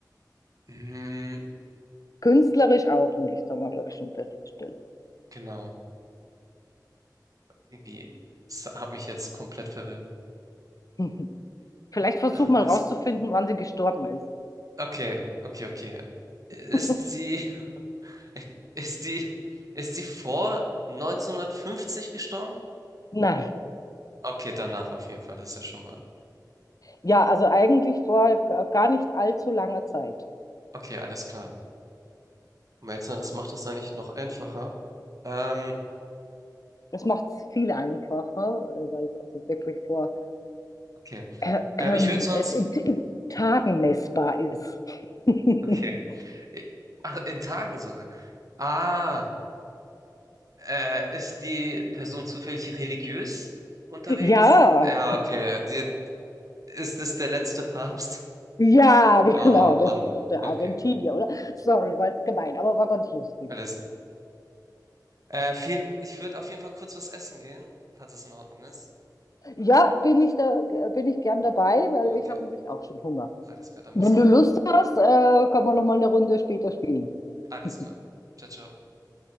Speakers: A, on the right; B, on the left.
A: Hm,
B: Künstlerisch auch nicht, haben wir, glaube ich, schon festgestellt.
A: genau. Irgendwie, das hat mich jetzt komplett verwirrt.
B: <laughs> Vielleicht versuch
A: Ah,
B: mal
A: was-
B: rauszufinden, wann sie gestorben ist.
A: Okay, okay, okay. Ist
B: <laughs>
A: sie, <laughs> ist sie, ist sie vor 1950 gestorben?
B: Nein.
A: Okay, danach auf jeden Fall, das ist ja schon mal.
B: Ja, also eigentlich vor gar nicht allzu langer Zeit.
A: Okay, alles klar. Melzer, das macht das eigentlich noch einfacher. Ähm,
B: Das macht es viel einfacher, äh, weil es also wirklich vor
A: okay.
B: äh,
A: Ähm,
B: ähm,
A: ich würde sonst.
B: es in, in Tagen messbar ist. <laughs>
A: Okay. Äh, Ach, in Tagen sogar. Ah. Äh, ist die Person zufällig religiös unterwegs?
B: Ja,
A: Ja, okay. Die, ist es der letzte Papst?
B: Ja, <laughs> genau,
A: Oh
B: der
A: Mann,
B: war doch der
A: okay.
B: Argentinier, oder? Sorry, war jetzt gemein, aber war ganz lustig.
A: Alles gut. Äh, viel, ich würde auf jeden Fall kurz was essen gehen, falls es in Ordnung ist.
B: Ja, bin ich da, bin ich gern dabei, weil
A: Okay,
B: ich habe nämlich auch schon Hunger.
A: alles klar, dann
B: Wenn
A: bis gleich.
B: du Lust hast, äh, kann man noch mal eine Runde später spielen.
A: Alles
B: <laughs>
A: klar. Ciao, ciao.